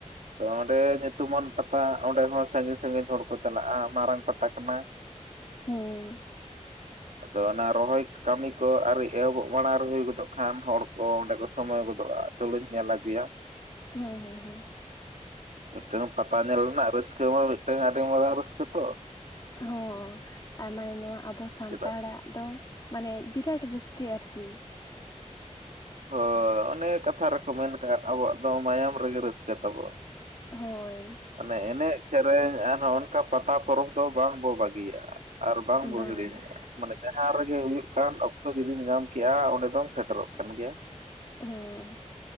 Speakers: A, on the right; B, on the left.
A: ᱛᱚ ᱚᱸᱰᱮ ᱧᱩᱛᱩᱢᱟᱱ ᱯᱟᱛᱟ ᱚᱸᱰᱮ ᱦᱚᱸ ᱥᱟᱺᱜᱤᱧ ᱥᱟᱺᱜᱤᱧ ᱦᱚᱲ ᱠᱚ ᱪᱟᱞᱟᱜᱼᱟ ᱢᱟᱨᱟᱝ ᱯᱟᱛᱟ ᱠᱟᱱᱟ᱾
B: ᱦᱩ᱾
A: ᱟᱫᱚ ᱚᱱᱟ ᱨᱚᱦᱚᱭ ᱠᱟᱹᱢᱤ ᱟᱹᱨᱤ ᱮᱦᱚᱵᱚᱜ ᱵᱟᱲᱟ ᱨᱮ ᱦᱩᱭ ᱜᱚᱫᱚᱜ ᱠᱷᱟᱱ ᱦᱚᱲ ᱠᱚ ᱚᱸᱰᱮ ᱠᱚ ᱥᱚᱢᱚᱭ ᱜᱚᱫᱚᱜᱼᱟ᱾ ᱛᱩᱞᱩᱧ ᱧᱮᱞ ᱟᱜᱩᱭᱟ᱾
B: ᱦᱮᱸ ᱦᱮᱸ ᱦᱮᱸ᱾
A: ᱢᱤᱫᱴᱟᱝ ᱯᱟᱛᱟ ᱧᱮᱞ ᱨᱮᱱᱟᱜ ᱨᱟᱹᱥᱠᱟᱹ ᱢᱟ ᱢᱤᱫᱴᱟᱝ ᱟᱹᱰᱤ ᱢᱟᱨᱟᱝ ᱨᱟᱹᱥᱠᱟᱹ ᱛᱚ᱾
B: ᱦᱚᱸᱻ ᱟᱨ ᱢᱟᱱᱮ ᱱᱚᱣᱟ ᱟᱵᱚ ᱥᱟᱱᱛᱟᱲᱟᱜ
A: ᱪᱮᱫᱟᱜ
B: ᱫᱚ ᱵᱤᱨᱟᱴ ᱨᱟᱹᱥᱠᱟ ᱟᱨᱠᱤ᱾
A: ᱦᱳᱭ ᱚᱱᱮ ᱠᱟᱛᱷᱟ ᱨᱮᱠᱚ ᱢᱮᱱ ᱟᱠᱟᱫ ᱟᱵᱚᱣᱟᱜ ᱫᱚ ᱢᱟᱭᱟᱢ ᱨᱮᱜᱮ ᱨᱟᱹᱥᱠᱟᱹ ᱛᱟᱵᱚ᱾
B: ᱦᱳᱭ᱾
A: ᱢᱟᱱᱮ ᱮᱱᱮᱡ ᱥᱮᱨᱮᱧ ᱟᱨᱦᱚᱸ ᱚᱱᱠᱟ ᱯᱟᱛᱟ ᱯᱚᱨᱚᱵᱽ ᱫᱚ ᱵᱟᱝ ᱵᱚ ᱵᱟᱹᱜᱤᱭᱟᱜᱼᱟ᱾ ᱟᱨ ᱵᱟᱝ ᱵᱚ
B: ᱵᱟᱝᱟ
A: ᱦᱤᱲᱤᱧ ᱮᱜᱼᱟ᱾ ᱢᱟᱱᱮ ᱡᱟᱦᱟᱸ ᱨᱮᱜᱮ ᱦᱩᱭᱩᱜ ᱠᱟᱱ ᱚᱠᱛᱚ ᱡᱩᱫᱤᱢ ᱧᱟᱢ ᱠᱮᱜᱼᱟ ᱚᱸᱰᱮ ᱫᱚᱢ ᱥᱮᱴᱮᱨᱚᱜ ᱠᱟᱱ ᱜᱮᱭᱟ᱾
B: ᱦᱮᱸ